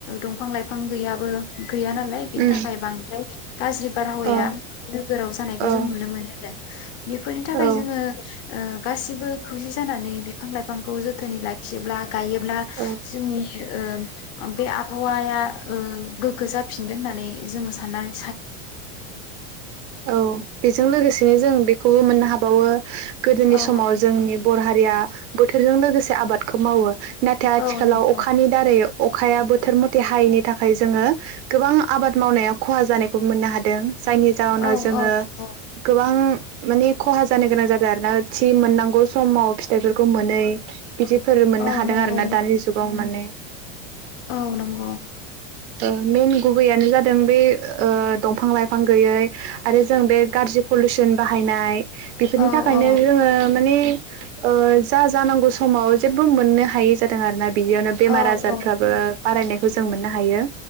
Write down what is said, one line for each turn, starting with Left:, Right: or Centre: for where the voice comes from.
Left: दंफां लाइफां गैयाबो गैया नालाय बिनि
Right: उम
Left: थाखाय बां फ्राय गाज्रि बारहावाया
Right: अ
Left: नोगोराव जानायखौ
Right: अ
Left: जों नुनो मोनो आरो बेफोरनि थाखाय
Right: औ
Left: जोङो ओ गासिबो खौसे जानानै बिफां लाइफांखौ जोथोनै लाखियोब्ला गायोब्ला
Right: औ
Left: जोंनि ओ ओमफाय आबहावाया ओम गोग्गो जाफिनगोन होननानै जों सा थानाय
Right: औ बेजों लोगोसे बे जों बेखौ मोननो हाबावो गोदोनि
Left: औ
Right: समाव जोंनि बर हारिया बोथोरजों लोगोसे आबादखौ मावो नाथाय आथिखालाव
Left: औ औ नंगौ
Right: अखानि दारै अखाया बोथोर मथे हायैनि थाखाय जोङो गोबां आबाद मावनायाव खहा जानाय खौ मोननो हादों जायनि जाहोनाव
Left: औ
Right: जोङो
Left: औ नंगौ
Right: गोबां माने खहा जानो गोनां जादों आरोना थि मोननांगौ समाव फिथाइफोरखौ मोनै बिदिफोर मोननो
Left: औ
Right: हादों
Left: नंगौ
Right: आरो ना दानि जुगाव माने
Left: औ नंगौ
Right: ओ मेइन गुबैयानो जादों बे ओ दंफां लाइफां गैयै आरो जों बे गाज्रि पलिउसन बाहायनाय। बेफोरनि
Left: औ
Right: थाखायनो
Left: औ
Right: जोङो माने ओ जा जानांगौ समाव जेबो मोननो हायै जादों आरो ना बिदियावनो बेमार
Left: औ
Right: आजारफ्राबो
Left: औ
Right: बारायनायखौ जों मोननो हायो